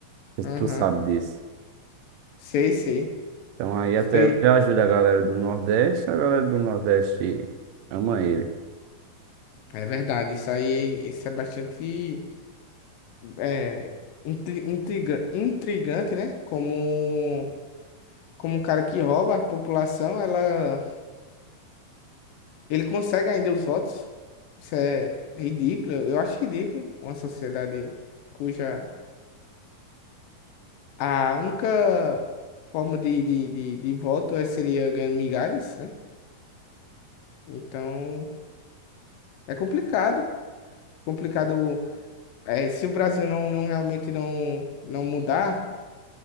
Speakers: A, on the right (about 80°); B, on the left (about 80°).
A: sei se
B: Aham.
A: Tu sabe disso.
B: Sei, sei.
A: Então aí até
B: Foi,
A: hoje ajuda a galera do Nordeste, a galera do Nordeste ama ele.
B: é verdade, isso aí, isso é bastante é, intri- intriga, intrigante, né? Como, como um cara que rouba a população, ela, ele consegue ainda os votos. Isso é ridículo, eu acho ridículo uma sociedade cuja a única forma de, de, de, de voto é- seria ganhando migalhas, né? Então é complicado. Complicado, é, se o Brasil não, não realmente não, não mudar.